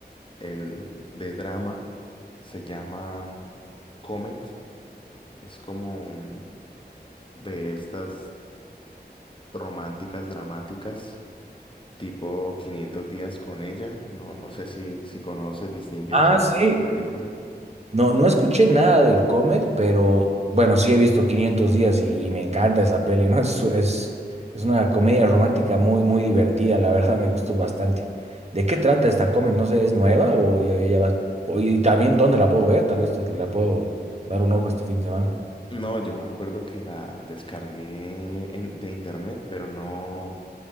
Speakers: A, on the left (about 30°); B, on the right (about 40°).
A: el de drama se llama Comet. Es como un- de estas románticas dramáticas, tipo 500 días con ella. No, no sé si, si conoces, distingues
B: Ah,
A: esta
B: sí.
A: película.
B: No, no escuché nada del Comet, pero bueno, sí he visto 500 días y, y me encanta esa peli, ¿no? Es, es, es una comedia romántica muy, muy divertida, la verdad me gustó bastante. ¿De qué trata esta Comet? No sé, ¿es nueva o ya, ya va? o- Y también, ¿dónde la puedo ver? Tal vez la puedo dar un ojo este fin de semana.
A: No, yo me acuerdo que la descargué en- de internet, pero no